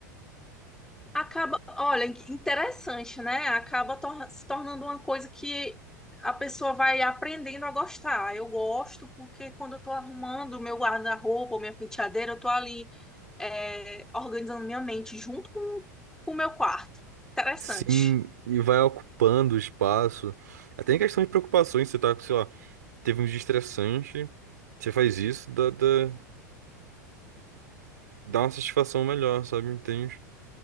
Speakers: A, in the centre; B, on the right (about 65°).
A: acaba, olha, interessante, né? Acaba tor- se tornando uma coisa que a pessoa vai aprendendo a gostar. Eu gosto porque quando eu tô arrumando o meu guarda-roupa, minha penteadeira, eu tô ali é, organizando minha mente junto com com o meu quarto. Interessante.
B: Sim, e vai ocupando o espaço. Até em questão de preocupações, você tá, sei lá, teve um dia estressante, você faz isso, dá, dá, dá uma satisfação melhor, sabe? Entende?